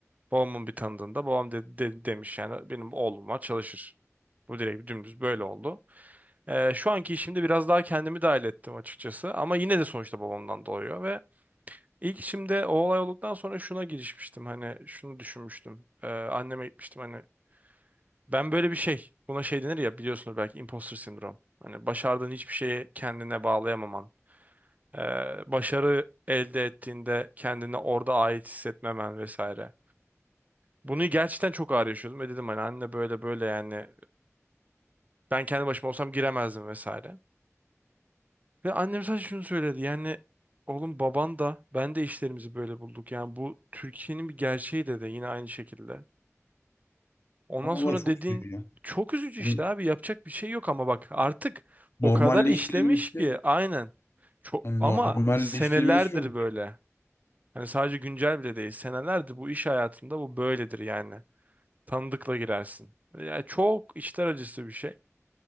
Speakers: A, on the right; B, on the left.
A: Babamın bir tanıdığında babam de, de- demiş yani benim oğlum var çalışır. Bu direkt dümdüz böyle oldu. Ee, şu anki işimde biraz daha kendimi dahil ettim açıkçası ama yine de sonuçta babamdan doğuyor ve ilk işimde o olay olduktan sonra şuna girişmiştim hani şunu düşünmüştüm. Ee, anneme gitmiştim hani ben böyle bir şey buna şey denir ya biliyorsunuz belki imposter sindrom. Hani başardığın hiçbir şeyi kendine bağlayamaman, ee, başarı elde ettiğinde kendine orada ait hissetmemen vesaire. Bunu gerçekten çok ağır yaşıyordum ve dedim hani anne böyle böyle yani ben kendi başıma olsam giremezdim vesaire. Ve annem sadece şunu söyledi yani oğlum baban da ben de işlerimizi böyle bulduk. Yani bu Türkiye'nin bir gerçeği dedi yine aynı şekilde. Ondan
B: Vallahi
A: sonra
B: çok
A: dediğin
B: üzücü ya.
A: çok üzücü
B: Hani
A: işte abi yapacak bir şey yok ama bak artık
B: normalleştirilmesi
A: o kadar işlemiş ki aynen. Çok,
B: hani
A: ama
B: normalleştirilmesi
A: senelerdir
B: çok üzücü.
A: böyle. Hani sadece güncel bile değil senelerdir bu iş hayatında bu böyledir yani. Tanıdıkla girersin. Yani çok içler acısı bir şey.